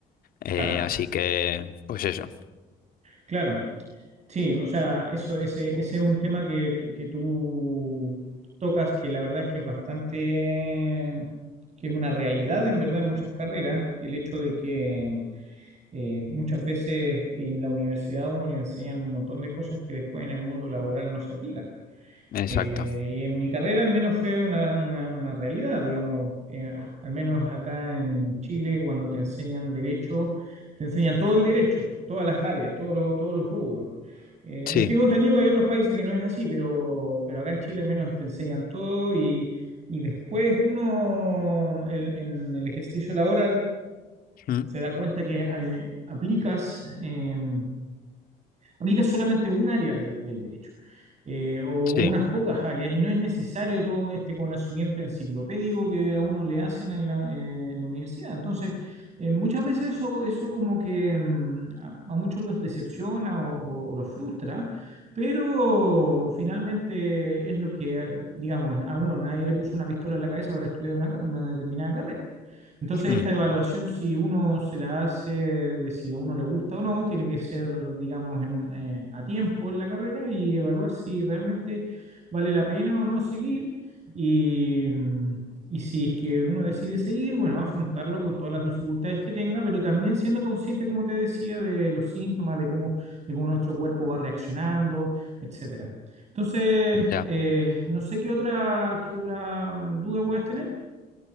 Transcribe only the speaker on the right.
Claro,
Claro, sí, o sea, eso, ese, ese es un tema que, tú- que tú tocas, que la verdad es que es bastante, que es una realidad en verdad en muchas carreras, el hecho de que eh, muchas veces en la universidad a uno le enseñan un montón de cosas que después en el mundo laboral no se aplican.
Eh, y en mi carrera al menos fue una, una- una realidad, digamos, eh, al menos acá en Chile cuando te enseñan derecho, te enseñan todo el derecho, todas las áreas, todos los- todos los rubros. Eh,
tengo entendido que hay otros países que no es así, pero, pero acá en Chile al menos te enseñan todo y, y después uno en, en el ejercicio laboral
se da cuenta que eh, aplicas... em, aplica solamente un área del, del derecho eh, o
unas pocas áreas y no es necesario todo este conocimiento enciclopédico que a uno le hacen en la, eh, en la universidad. Entonces, eh, muchas veces eso, eso como que mm, a, a, muchos los decepciona o, o, o los frustra, pero finalmente es lo que, digamos, a uno nadie le puso una pistola en la cabeza para estudiar una, una determinada carrera. Entonces,
esta evaluación, si uno se la hace de si a uno le gusta o no, tiene que ser, digamos, en un- eh, a tiempo en la carrera y evaluar si realmente vale la pena o no seguir. Y, mm, y si es que uno decide seguir, bueno, afrontarlo con todas las dificultades que tenga, pero también siendo consciente, como te decía, de los síntomas, de cómo, de cómo nuestro cuerpo va reaccionando, etcétera. Entonces,
eh, no sé qué otra, qué otra mm, duda puedas tener.